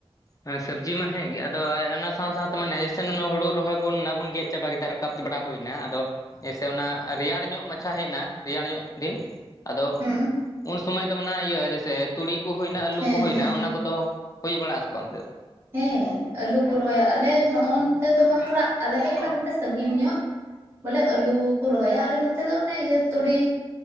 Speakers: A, on the left (about 35°); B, on the right (about 25°).
A: ᱦᱮᱸ ᱥᱚᱵᱽᱡᱤ ᱢᱟ ᱦᱮᱡᱸ ᱜᱮ ᱟᱫᱚ, ᱚᱱᱟ ᱥᱟᱶ ᱥᱟᱶᱛᱮ ᱢᱟᱱᱮ ᱡᱮᱥᱮᱱ ᱦᱩᱲᱩ ᱨᱚᱦᱚᱭ ᱵᱚᱱ ᱚᱱᱟ ᱵᱚᱱ ᱜᱮᱫ ᱪᱟᱵᱟ ᱠᱮᱫᱟ ᱨᱟᱠᱟᱵ ᱵᱟᱲᱟ ᱦᱩᱭᱱᱟ ᱟᱫᱚ, ᱦᱮᱸᱥᱮ ᱚᱱᱟ ᱨᱮᱭᱟᱲ ᱧᱚᱜ ᱢᱟᱪᱷᱟ ᱦᱮᱡ ᱮᱱᱟ ᱨᱮᱭᱟᱲ ᱧᱚᱜ ᱫᱤᱱ᱾ ᱟᱫᱚ
B: ᱦᱩᱸ
A: ᱩᱱ ᱥᱚᱢᱚᱭ ᱫᱚ ᱚᱱᱟ ᱤᱭᱟᱹ ᱡᱮᱭᱥᱮ ᱛᱩᱲᱤ ᱠᱚ ᱦᱩᱭᱱᱟ ᱟᱹᱞᱩ
B: ᱦᱮᱸ
A: ᱠᱚ ᱦᱩᱭᱱᱟ
B: ᱦᱮᱸ
A: ᱚᱱᱟ ᱠᱚᱫᱚ, ᱦᱩᱭ ᱵᱟᱲ ᱟᱥᱮ ᱵᱟᱝ ᱚᱱᱛᱮ?
B: ᱦᱮᱸ ᱟᱞᱩ ᱠᱚ ᱨᱚᱦᱚᱭᱟ ᱟᱞᱮ ᱱᱚᱜᱼᱚ ᱱᱚᱛᱮ ᱫᱚ ᱵᱟᱝ ᱛᱷᱚᱲᱟ ᱟᱞᱮ ᱠᱷᱚᱡ ᱛᱷᱚᱲᱟ ᱥᱟᱺᱜᱤᱧ ᱧᱚᱜ᱾ ᱵᱚᱞᱮ ᱟᱹᱞᱩ ᱠᱚ ᱨᱚᱦᱚᱭᱟ ᱟᱞᱮ ᱱᱚᱛᱮ ᱫᱚ ᱚᱱᱮ ᱤᱭᱟᱹ ᱛᱩᱲᱤ